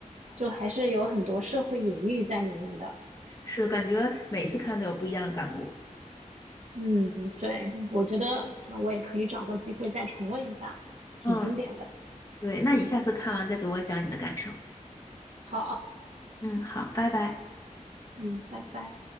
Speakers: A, on the right; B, on the left.
A: 就还是有很多社会隐喻在里面的。
B: 是感觉每一次看都有不一样的感悟。
A: 嗯，对，我觉得呃我也可以找个机会再重温一下，挺经典的。
B: 嗯。对，那你下次看完再给我讲你的感受。
A: 好，
B: 嗯，好，拜拜。
A: 嗯，拜拜。